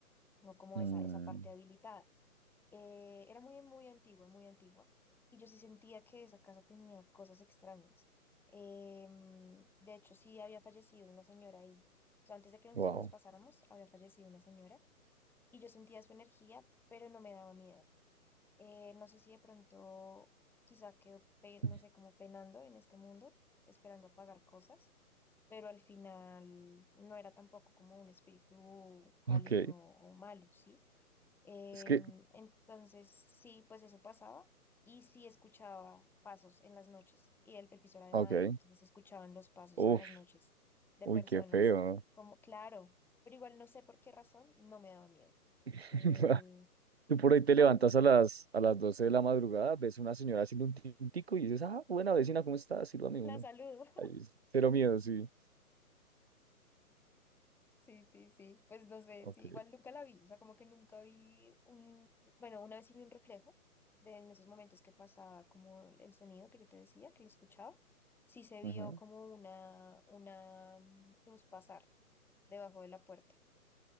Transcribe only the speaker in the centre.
no como
esa, esa parte habilitada. Eh, era muy, muy antigua, muy antigua. Y yo sí sentía que esa casa tenía cosas extrañas. Em, de hecho, sí había fallecido una señora ahí. O sea, antes de que nosotros
nos pasáramos, había fallecido una señora. Y yo sentía su energía, pero no me daba miedo. Eh, no sé si de pronto quizá quedó, pe- no
sé, como penando en este mundo, esperando a pagar cosas. Pero al final no era tampoco como un espíritu
maligno o malo, ¿sí? Em,
entonces, sí, pues eso pasaba y sí escuchaba pasos en las noches y el, el piso era de
madera, entonces escuchaban los pasos
en las noches de
personas,
como, claro, pero igual no sé por qué razón no me daba miedo.
Eh,
o
<laughs>
la salud
Sí, sí, sí. Pues no sé,
sí, igual nunca la vi. O sea, como que nunca vi un, bueno, una vez sí vi un reflejo de en esos momentos que pasaba como el sonido que yo te decía, que lo escuchaba. Sí se vio
como una, una mm, luz pasar debajo de la puerta.